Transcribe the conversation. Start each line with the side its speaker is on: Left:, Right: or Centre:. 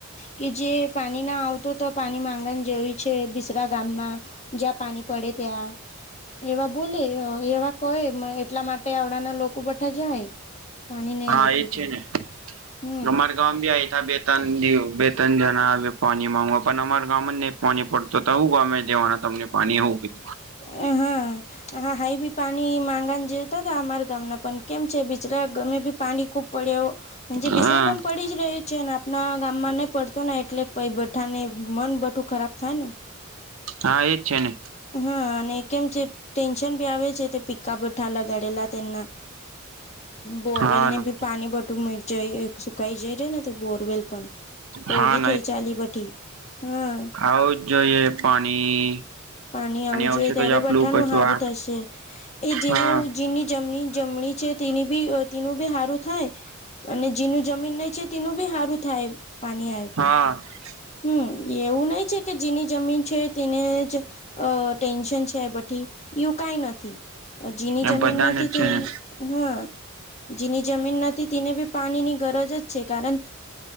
Left: કે જે પાણી ના આ તો પાણી માંગવાની જેવી છે બિસરા ગામમાં જ્યાં પાણી પડે ત્યાં એવા બોલે એવા કહે એટલા માટે આવડાના લોકો બધા જાય. પાણી નહી
Right: હા
Left: આવતું
Right: એજ છે ને
Left: હમ
Right: અમારા ગામ ભી અયના બેતાન દ બેતાન જના આવે પાણી માંગવા પણ અમારા ગામ જ નહી પાણી પડતું તો હું ગામે જવાના તમને પાણી હોવું
Left: એ હા હા હાઈ બી પાણી માંગ જેવતા હતા અમારા ગામના પણ કેમ છે બિચરા ગમે બી પાણી ખૂબ પડ્યો જે
Right: હા
Left: બિસરા ગામ પડી જ રહે. છે ને આપણા ગામમાં નઈ પડતો ને એટલે પ બઠા ને મન બધું ખરાબ થાય ને.
Right: હા એજ છે ને.
Left: હા અને કેમ છે ટેન્શન ભી આવે છે તે પિક્કા ભઠા લગાડેલા તેમના. બોરવેલ
Right: હા
Left: ને
Right: ના
Left: બી પાણી બટું મ જાય સુકાઈ જાય રે ને બોરવેલ પણ કોરડી
Right: હા
Left: થઈ ચાલી બઠી હમ
Right: આવઉ જોઇએ પાણી
Left: પાણી આવવું
Right: આવશે
Left: જોઈએ ત્યારે
Right: તો જ આપલું
Left: બઠ્ઠાનું
Right: કશું
Left: સારું
Right: આ
Left: થશે એ જેનો
Right: હા
Left: જેની જમણી જમણી છે તેની બી તેનું બી સારું થાય. અને જેનું જમીન નહી છે તેનું બી સારું થાય. પાણી આવે તું
Right: હા
Left: હમ એવું નહી છે કે જેની જમીન છે તેને જ અ ટેન્શન છે એ બઠી એવું કઈ નથી જીની જમીન
Right: એમ બધાને
Left: નથી
Right: જ છે
Left: તે
Right: ને
Left: હા જેની જમીન નથી તેને બી પાણીની ગરજ જ છે કારણ